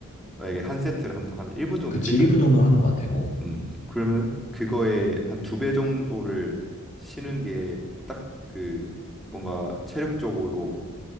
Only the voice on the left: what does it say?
그치,
1분
정도 하는 것 같아. 어,